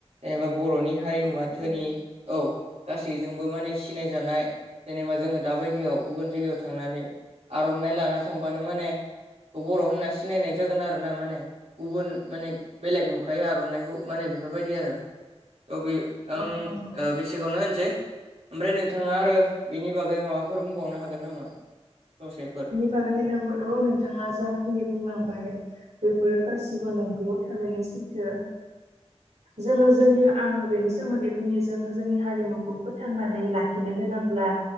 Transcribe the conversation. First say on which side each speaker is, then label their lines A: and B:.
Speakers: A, on the right; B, on the right.
A: एबा बर'नि हारिमुवा
B: थारैनो
A: धोनि औ गासैजोंबो माने सिनायजानाय जेनेबा जोङो दाबायदियाव गुबुन जायगायाव थांनानै आर'नाइ लाना थांबानो माने बर' होनना सिनायनाय जागोन आरो ना माने गुबुन माने बेलेग नुखायो आर'नाइखौ माने बेफोर बायदि आरो औ बे आं
B: औ नंगौ
A: ओ बेसेखौनो होनसै ओमफ्राय नोंथाङा आरो बिनि बागै माबाफोर बुंबावनो हागोन नामा ससेफोर
B: बागैनो नोबो औ नोंथाङा जाखिनि बुंलांबाय बेफोर गासिबो नंगौ थारैनो सैथो
A: <inaudible>
B: जोङो जोंनि आङो बेनि सोमोन्दै बुंनि जोङो जोंनि हारिमुखौ फोथांनानै लाखिनो गोनांब्ला